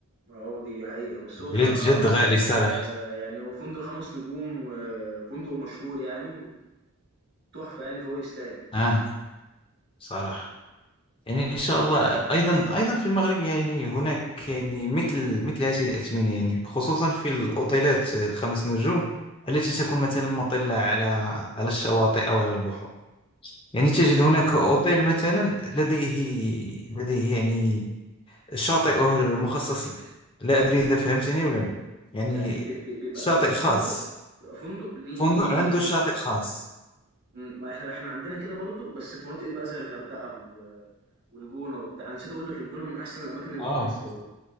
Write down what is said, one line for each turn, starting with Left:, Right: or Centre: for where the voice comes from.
Right: ما هو دي حقيقة، بس هو بصراحة
Left: جد جد غالي صراحة
Right: آآ يعني هو فندق 5 نجوم وفندق مشهور يعني وتحفة يعني، فهو يستاهل،
Left: آه صراحة يعني إن شاء الله أيضا أيضا في المغرب يعني هناك يعني مثل مثل هذه الأثمنة يعني خصوصا في الأوتيلات الخمس نجوم التي تكون مثلا مطلة على على الشواطئ أو على البحور يعني تجد هناك أوتيل مثلا لديه لديه يعني شاطئ مخصص له لا أدري إذا فهمتني ولا لا يعني
Right: يعني ب ب بيبقى
Left: شاطئ
Right: بيبقى
Left: خاص
Right: فندق بيبقى فندق ليه
Left: فندق
Right: ليه
Left: عنده شاطئ خاص
Right: امم، ما إحنا إحنا عندنا كده برضه بس في مناطق بقى زي الغردقة و... والجونة وبتاع أنا نسيت أقول لك الجونة من أحسن الأماكن اللي
Left: آه
Right: في مصر برضه